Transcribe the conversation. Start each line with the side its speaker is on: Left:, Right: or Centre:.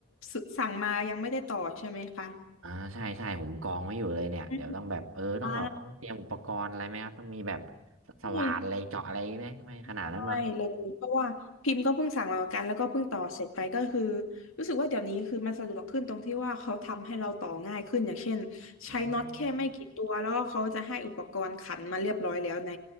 Left: สสั่งมายังไม่ได้ต่อใช่ไหมคะ
Right: อ่าใช่ใช่ผมกองไว้อยู่เลยเนี่ยเดี๋ยวต้องแบบเออต้องเราต้องเตรียมอุปกรณ์อะไรไหมครับต้องมีแบบสสว่านอะไรเจาะอะไรไหมไม่ขนาดนั้นปะ
Left: อืมอ่าใช่ ใช่เลยเพราะว่าพิมพ์ก็เพิ่งสั่งมาเหมือนกันแล้วก็เพิ่งต่อเสร็จไปก็คือรู้สึกว่าเดี๋ยวนี้คือมันสะดวกขึ้นตรงที่ว่าเขาทำให้เราต่อง่ายขึ้นอย่างเช่นใช้น็อตแค่ไม่กี่ตัวแล้วก็เขาจะให้อุปกรณ์ขันมาเรียบร้อยแล้วใน
Right: อม